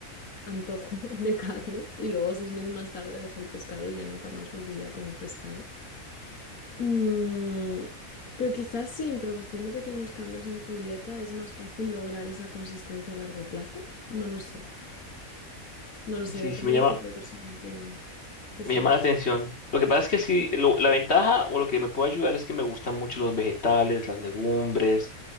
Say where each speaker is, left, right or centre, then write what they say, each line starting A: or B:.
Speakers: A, on the left (about 85°); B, on the left (about 50°).
A: antojo <laughs> de carne. Y luego, seis meses más tarde, dejé el pescado y ya nunca más volví a comer pescado. Mm, pero quizás sí, introduciendo pequeños cambios en tu dieta es más fácil lograr esa consistencia a largo plazo. No lo sé, no lo sé,
B: Sí,
A: depende
B: sí me llama,
A: del tipo de persona que, que
B: me
A: seas.
B: llama la atención. Lo que pasa es que sí, lo- la ventaja o lo que me puede ayudar es que me gustan mucho los vegetales, las legumbres.